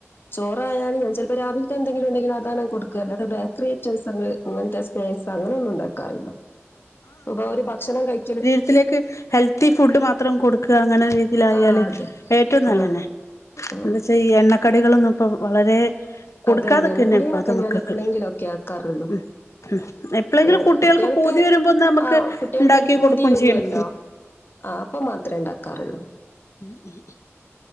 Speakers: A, on the left; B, on the left.
A: ചോറായാല് ഞാൻ ചെൽപ്പൊ രാവിൽത്തെന്തെങ്കിലും ഉണ്ടെങ്കിൽ അതാണ് കൊടുക്ക അല്ലാതെ ബേക്കറി ഐറ്റംസങ്ങൾ ഇങ്ങനത്തെ സ്നാക്സ് അങ്ങനൊന്നും ഉണ്ടാക്കാറില്ല ഇപ്പൊ അവര് ഭക്ഷണം കഴിക്കല്
B: ഇതിലേക്ക് ഹെൽത്തി ഫുഡ് മാത്രം കൊടുക്ക അങ്ങനൊരു ഇതിലായാല്
A: ആ അതെ
B: ഏറ്റവും നല്ലതന്നെ
A: ആ ആ
B: എന്താച്ചാ ഈ എണ്ണക്കടികളൊന്നും ഇപ്പ വളരെ കൊടുക്കാതൊക്കെന്നെ
A: അതെ തന്നെ എണ്ണക്കടികളൊക്കെ
B: ഇപ്പത മക്കൾക്ക്
A: ഞാൻ എപ്പോഴെങ്കിലും ഒക്കെ ആക്കാറുള്ളൂ
B: ഉം ഉം എ ല്ലെങ്കിലും
A: ഏ,
B: കുട്ടിൾക്ക്
A: കുട്ടികൾക്ക്
B: പൂതി വരുമ്പൊ നമുക്ക്
A: ആ കുട്ടികൾക്ക്
B: ഇണ്ടാക്കി
A: ഒരു പൂതി
B: കൊടുക്കും
A: വരുമല്ലോ
B: ചെയ്യണം
A: ആ അപ്പം മാത്രേ ഇണ്ടക്കാറുള്ളൂ
B: <inaudible>